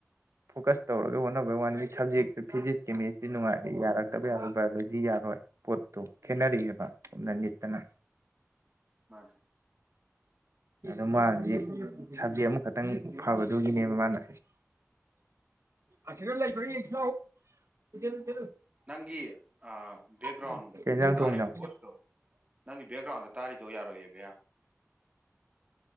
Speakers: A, on the right; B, on the right.
A: ꯐꯣꯀꯁ ꯇꯧꯔꯒ ꯍꯣꯠꯅꯕ ꯋꯥꯟ ꯃꯤ ꯁꯕꯖꯦꯛꯇꯨ ꯐꯤꯖꯤꯛꯁ ꯀꯦꯃꯤꯁꯇ꯭ꯔꯤ ꯅꯨꯡꯉꯥꯏꯦ ꯌꯥꯔꯛꯇꯕ ꯌꯥꯔꯣꯏ ꯕꯥꯏꯑꯣꯂꯣꯖꯤ ꯌꯥꯔꯣꯏ ꯄꯣꯠꯇꯣ ꯈꯦꯠꯅꯔꯛꯑꯦꯕ ꯅꯪꯒꯤꯠꯇꯅ
B: ꯃꯥꯅꯦ
A: ꯑ ꯃꯥꯁꯤ ꯁꯕꯖꯦꯛ ꯑꯃꯈꯛꯇꯪ ꯐꯕꯗꯨꯒꯤꯅꯦꯕ ꯃꯥꯅ ꯑꯁꯤꯗ ꯂꯩꯕꯔꯥ ꯌ‌ꯦꯡꯖꯤ‌ ꯂꯛꯑꫭ
B: ꯅꯪꯒꯤ ꯑꯥ ꯕꯦꯛꯒ꯭ꯔꯥꯎꯟ
A: ꯀꯩ ꯌꯦꯟꯖꯥꯡ
B: ꯗ ꯇꯥꯔꯤꯕ
A: ꯊꯣꯡꯉꯤꯅꯣ
B: ꯚꯣꯏꯁꯇꯣ ꯅꯪꯒꯤ ꯕꯦꯛꯒ꯭ꯔꯥꯎꯟꯗ ꯇꯥꯔꯤꯗꯣ ꯕꯣꯏꯁ ꯇꯣ ꯌꯥꯔꯣꯏꯌꯦ ꯕꯌꯥ